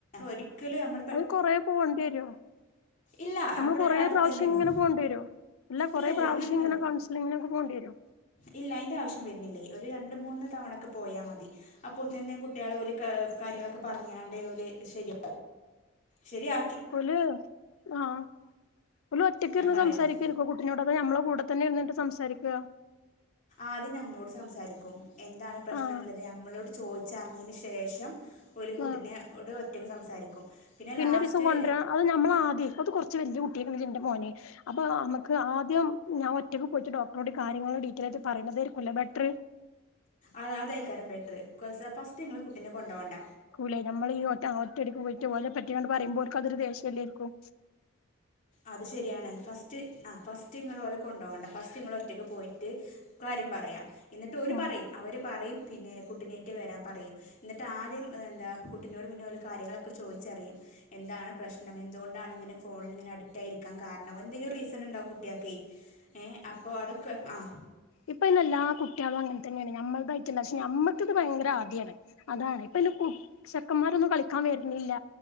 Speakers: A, on the left (about 40°); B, on the left (about 80°).
A: ഒരിക്കലും അമ്മള്
B: അത് കൊറേ പോകേണ്ടി വരോ
A: ഇല്ല
B: നമ്മൾ
A: അവിടെ
B: കൊറേ
A: അടുത്ത്
B: പ്രാവശ്യം
A: തന്നെയാണ്
B: ഇങ്ങനെ പോകേണ്ടി വരോ ല്ല കുറെ
A: ഇല്ലല്ല
B: പ്രാവശ്യം
A: അങ്ങനൊന്നുമില്ല
B: ഇങ്ങനെ കൺസിലിങ്ങിനൊക്കെ പോകണ്ടി വരോ
A: ഇല്ല അയിന്റെ ആവശ്യം വരുന്നില്ല ഒരു രണ്ട് മൂന്ന് തവണൊക്കെ പോയാ മതി അപ്പൊതിനന്നെ കുട്ട്യാളെ ഓൽ കാര്യങ്ങളൊക്കെ പറഞ്ഞാണ്ട് ഓൽ ശരിയാ ശരിയാ
B: ഓൽ ആഹ് ഓൽ ഒറ്റക്ക്
A: ഞാൻ
B: ഇരുന്ന്
A: പറയണത്
B: സംസാരിക്കരിക്കോ കു ന്നോട അത് ഞമ്മളെ കൂടെ തന്നെ ഇര്ന്നിട്ട് സംസാരിക്ക
A: ആദ്യം ഞമ്മളോട് സംസാരിക്കും എന്താണ് പ്രശ്നം
B: ആഹ്
A: ന്ന്ള്ളത് ഞമ്മളോട് ചോയ്ച്ചറിഞ്ഞീന് ശേഷം ഓല് കുട്ടിനെ
B: ആഹ്
A: ഓട് ഒറ്റക്ക് സംസാരിക്കും പിന്നെ
B: പിന്നെ
A: ലാസ്റ്റ്
B: ഒരീസം കൊണ്ടരാ അത് നമ്മള് ആദ്യയ് അത് കുറ ച്ച് വല്യ കുട്ടി ആയിക്കണ് ന്റെ മോനെ അപ്പോ മ്മക്ക് ആദ്യം ഞാൻ ഒറ്റക്ക് പോയിട്ട് ഡോക്ടറോട് കാര്യങ്ങൾ ഡീറ്റയിൽ ആയിട്ട് പറയുന്നതായിരിക്കുലെ ബെറ്റർ
A: അത് അതായിക്കാരം ബെറ്ററ് കുറച്ച് ഫസ്റ്റ് ങ്ങൾ കുട്ടീനെ കൊണ്ടോവണ്ട
B: ലേ നമ്മള് ഈ ഒറ്റ ഒറ്റടിക്ക് പോയിട്ട് ഓലെ പറ്റിയങ്ങ് പറയുമ്പോ ഓൽക്കതൊരു ദേഷ്യല്ലേര്ക്കും
A: അത് ശരിയാണ് ഫസ്റ്റ് ആഹ് ഫസ്റ്റ് ഇങ്ങൾ ഓലെ കൊണ്ടോവണ്ട ഫസ്റ്റ് ഇങ്ങൾ ഒ റ്റക്ക് പോയിട്ട് കാര്യം പറയാ എന്നിട്ട് ഓല്‌
B: ഉം
A: പറയും അവര് പറയും പിന്നെ കുട്ടിനേറ്റ് വരാൻ പറയും എന്നിട്ട് ആദ്യം എന്താ കുട്ടിനോട് പിന്നെ ഓല് കാര്യങ്ങളൊക്കെ ചോദിച്ചറിയും എന്താണ് പ്രശ്നം എന്തുകൊണ്ടാണ് ഇങ്ങനെ ഫോണിൽ ഇങ്ങനെ അഡിക്റ്റ് ആയിരി ക്കാൻ കാരണം എന്തെലും റീസണ് ണ്ടാവും കുട്ട്യാക്കെയ് ഏഹ് അപ്പോ അതൊക്കെ ആഹ്
B: ഇപ്പോ അയ്ന് എല്ലാ കുട്ടികളും അങ്ങനെ തന്നെയാണ് ഞമ്മളതായിട്ടല്ല പക്ഷെ ഞമ്മക്കത് ഭയങ്കര ആദിയാണ് അതാണ് ഇപ്പോ അയിന് കു ചെക്കൻമാരൊന്നും കളിക്കാൻ വര്ന്നില്ല